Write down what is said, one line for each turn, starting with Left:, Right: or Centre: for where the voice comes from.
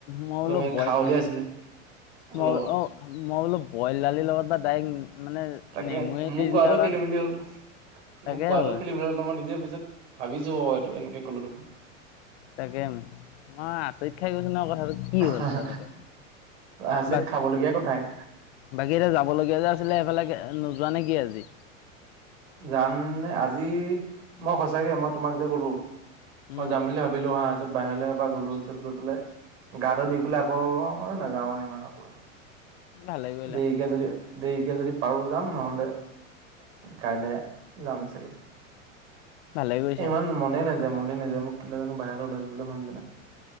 Left: মই
Right: তোমাৰ
Left: বোলো বইল
Right: খাৱলি আছিলে
Left: মইল
Right: লগত
Left: অ, মই বোলো বইল দালিৰ লগত বা তাইক মানে
Right: তাকে
Left: নেমুৱে
Right: মোৰ
Left: দি
Right: কোৱাটো
Left: দিলা
Right: খেলি
Left: বা
Right: মেলি হ'ল
Left: তাকে
Right: মোৰ কোৱাটো
Left: হলে।
Right: খেলি মেলি হ'ল মই নিজে পিছত ভাবিছো অ, এইটো এনেকে কলো দেখোন।
Left: তাকে মই আচৰিত খাই গৈছো ন কথাটো। কি
Right: আহ
Left: হ'ল কথাটো
Right: আচৰিত
Left: বাকী
Right: খাবলগীয়া কথাই।
Left: বাকী এতিয়া যাবলগীয়া যে আছিলে এইফালে নোযোৱা নেকি আজি।
Right: জাম আজি মই সঁচাকে মই তোমাক যে কলো। মই
Left: উম
Right: যাম বুলি ভাবিলো হা তাৰপিছত বাহিৰলৈ এবাৰ গ'লো পিছত গৈ পেলাই গাটো ধুই পেলাই আকৌ নাযাও আৰু ইমান আকৌ।
Left: ভালে কৰিলা
Right: দেৰিকে যদি - দেৰিকে যদি পাৰো যাম নহলে কাইলৈ যাম চাগে।
Left: ভালে কৰিছা
Right: এ ইমান মনে নাযায় - মনে নাযায় মোক কেতিয়া জানো বাহিৰলৈ ওলাই যাবলৈ মন যায়।